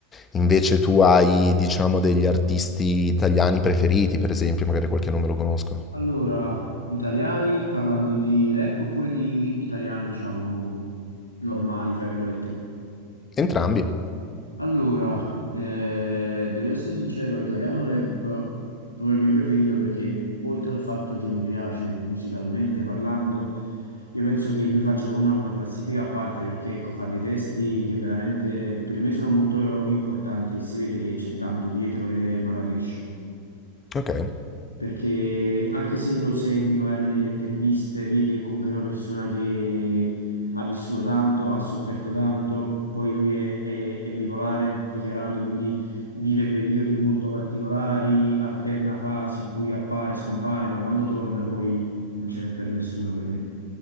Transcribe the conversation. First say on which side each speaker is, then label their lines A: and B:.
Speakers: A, on the left; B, on the left.
A: invece tu hai, diciamo, degli artisti italiani preferiti, per esempio, magari qualche nome lo conosco.
B: Allora, italiani parlando di rap oppure di italiano, diciamo, normali, fra virgolette.
A: Entrambi.
B: Allora, eh, devo essere sincero, italiano rap è proprio il mio preferito perché oltre al fatto che mi piace musicalmente parlando, io penso che lui faccia una, una classifica a parte perché ecco, fa dei testi che veramente per me sono molto importanti e si vede che c'è tanto dietro ed è Marrakesh.
A: Ok,
B: perché anche se lo segui magari nelle interviste, vedi che comunque è una persona che ha vissuto tanto, ha sofferto tanto, poi lui è, è- è bipolare, dichiarato, quindi vive periodi molto particolari, alterna fasi in cui appare, scompare, ma quando torna poi non ce n'è per nessuno per me.